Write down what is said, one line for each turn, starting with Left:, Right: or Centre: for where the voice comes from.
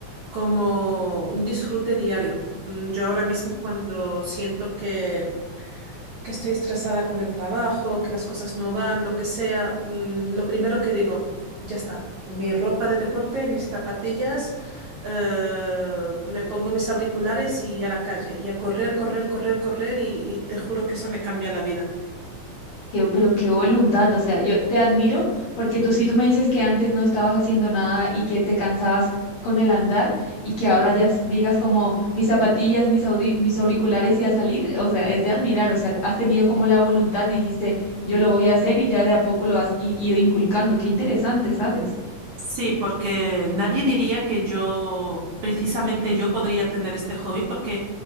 Right: como un disfrute diario. Mm, Yo ahora mismo cuando siento que, que estoy estresada con el trabajo, que las cosas no van, lo que sea, mm, lo primero que digo, ya está, mi ropa de deporte, mis zapatillas, eh, me pongo mis auriculares y a la calle y a correr, correr, correr, correr y, y te juro que eso me cambia la vida.
Left: Qué- pero qué voluntad, o sea, yo te admiro porque tú sí tú me dices que antes no estabas haciendo nada y que te cansabas con el andar y que ahora ya s- digas como mis zapatillas, mis audi- mis auriculares y a salir, o sea, es de admirar, o sea, has tenido como la voluntad y dijiste, yo lo voy a hacer y ya de a poco lo has i- ido inculcando, qué interesante, ¿sabes?
Right: Sí, porque nadie diría que yo, precisamente yo podría tener este hobby porque